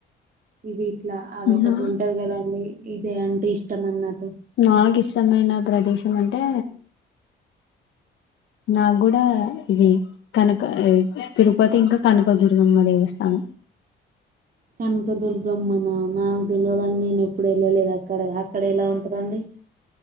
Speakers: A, on the right; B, on the left.
A: ఇది ఇట్లా అది ఒకటి
B: నా
A: ఉంటది కదండి ఇదే అంటే ఇష్టం అన్నట్
B: నాకు ఇష్టం అయినా ప్రదేశ ఎమంటే నాకు కూడా ఇది కనుక తిరుపతి ఇంకా కనుకదుర్గమ్మ దేవస్థానం
A: కనక దుర్గమ్మన నాకు తెలవదండి నేను ఎప్పుడు వెళ్ళలేదు అక్కడ అక్కడ ఎలా ఉంటదండి